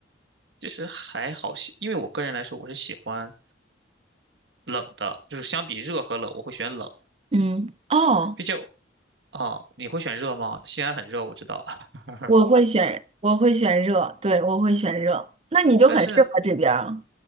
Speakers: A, on the right; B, on the right.
A: 其实还好，喜因为我个人来说，我是喜欢冷的，就是相比热和冷，我会选冷。
B: 嗯，哦。
A: 毕竟啊，你会选热吗？西安很热，我知道，<laughs>
B: 我会选，我会选热，对，我会选热。那你就很适合这边儿，
A: 但是